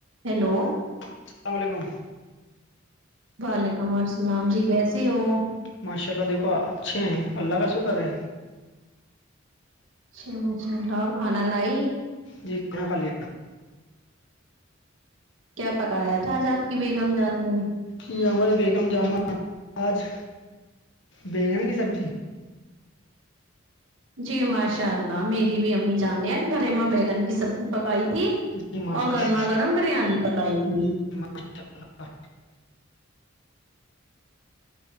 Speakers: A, on the right; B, on the left.
A: Hello
B: السلام علیکم
A: وعلیکم السلام جی کیسے ہو
B: ماشاء اللہ دیکھو اچھے ہیں اللہ کا شکر ہے
A: اچھا ماشاء اللہ اور کھانا لائی
B: جی کونا ک ل
A: کیا پکایا تھا آج آپ کی بیگم جان نے
B: جی ہماری بیگم جان آج بیگن کی سبزی
A: جی ماشاء اللہ میری بھی امی جاننے ہیں گھر میں بیگن کی سبزی پکائی تھی
B: جی ماشاء
A: اور گرما
B: اللہ
A: گرم بریانی پکائی تھی
B: ماشاء